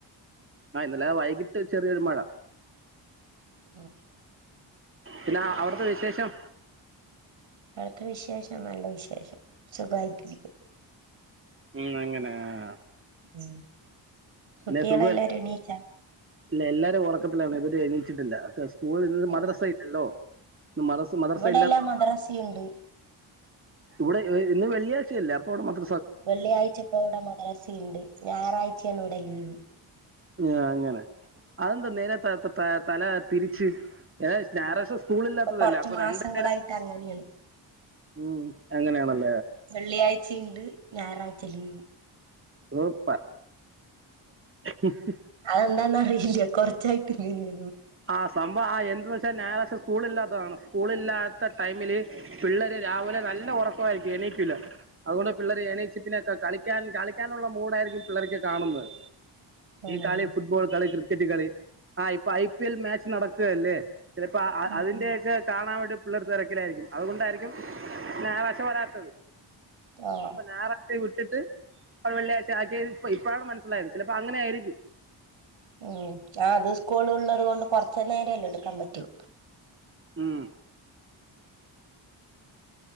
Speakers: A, on the right; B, on the right.
A: ആ ഇന്നല വൈകിട്ട് ചെറിയൊരു മഴ
B: ഉം
A: പിന്ന അവിടുത്തെ വിശേഷം
B: പടത്തെ വിശേഷം നല്ല വിശേഷം സുഖായിക്ക്
A: ഉം അങ്ങനെ ആ
B: ഉം കുട്ടികളെല്ലാരും
A: പിന്നെ സുഖ
B: എണീച്ചാ
A: ഇല്ല എല്ലാരും ഒറ ക്കത്തിലാണ് അവര് എണീച്ചിട്ടില്ല സ്കൂൾ ഇന്ന്
B: ഓഹ്
A: മദ്രാസല്ലല്ലോ മ മദർസ
B: ഇവിടെല്ലാം
A: ഇല്ലാത്ത
B: മദ്രസയുണ്ട്
A: ഇവിടെ ഇന്ന് വെള്ളിയാ <unintelligible> അപ്പോളും മദ്റ
B: വെള്ളിയാഴ്ച ഇപ്പ ഇവിടെ മദരസുണ്ട് ഞായറാഴ്ചയാണ് ഇവിടെ ലീവ്
A: ആ അങ്ങനെ അതന്താ <unintelligible> സ്ഥല തിരിച്ച് ഏ ഞായറാഴ്ച സ് സ്കൂളില്ലാത്തതല്ലേ
B: ഇപ്പൊ കൊറച്ച്
A: അപ്പൊ <unintelligible>
B: മാസങ്ങളായിട്ട് അങ്ങനെയാണ്
A: ഉം അങ്ങനെയാണല്ലേ
B: വെള്ളിയാഴ്ചയുണ്ട് ഞായറാഴ്ച ലീവ്
A: സൂപ്പർ <inaudible>
B: അതെന്താന്ന് അറിയില്ല കൊറച്ചായിട്ട് ഇന
A: ആഹ് സംഭവ ആ എന് പക്ഷെ ഞായറാ്െ സ്കൂള ഇല്ലാത്തതാണ് സ്കൂള ഇില്ലാത്ത ടൈമില് പിള്ളര് രാവിലെ നല്ല ഉറക്കമായിരിക്കും എണീക്കൂല അതുകൊണ്ട് പിള്ളേര് എണീച്ച പിന്നെക്കെ കളിക്കാൻ കളിക്കാനുള്ള മൂഡായിരിക്കും പിള്ളർക്ക് കാണുന്നത്
B: ഉം
A: കളി ഫുട്ബോൾ കളി കൃ ടികള് ആ ഇപ്പയി പിൽ മാച്ച് നടക്കുക അല്ലേ ചിലപ്പോ അ
B: ഉം
A: അതിന്റെയൊക്കെ
B: ഉം
A: കാണാൻ വേണ്ടി പിള്ളേർ തിരക്കിലായിരിക്കും അതുകൊണ്ടായിരിക്കും ഞായറാഴ്ച വരാത്തത്
B: ആഹ്
A: അപ്പൊ ഞായറാ <unintelligible> ട്ടിട്ട് അവടെ വെള്ളിയാഴ്ച <unintelligible> ഇപ്പോഴാണ് മനസ്സിലായത് ചിലപ്പോ അങ്ങനെ ആയിരിക്കും
B: ഉം ആ അത് സ്കൂള് ഉള്ളത് കൊണ്ട് കൊറച്ച് നേരല്ലെ എടുക്കാൻ പറ്റോ
A: ഉം